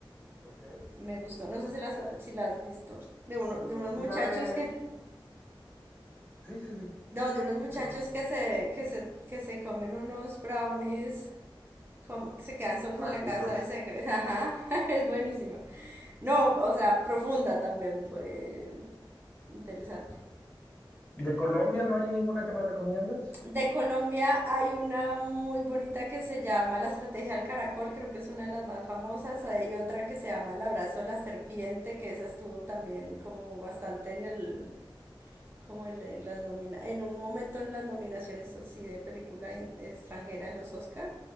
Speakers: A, on the left (about 15°); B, on the right (about 25°).
A: Ok.
B: Me gustó, no sé si las si la has visto, de, uno,
A: No,
B: de unos muchachos
A: la de
B: que
A: sí, sí, sí.
B: No, de unos muchachos
A: Continúa.
B: que se, que se, que se comen unos brownies, como que se quedan solos
A: Mágicos.
B: en la casa y se- <laughs> ajá, <laughs> es buenísima. No, o sea, profunda también, eh, interesante.
A: ¿De Colombia no hay ninguna que me recomiendes?
B: De Colombia hay una muy bonita que se llama La Estrategia del Caracol, creo que es una de las más famosas. Hay otra que se llama El Abrazo de la Serpiente, que esa estuvo también como bastante en el, Como en, en las nomina en un momento en las nominaciones así de película en- extranjera en los Oscar.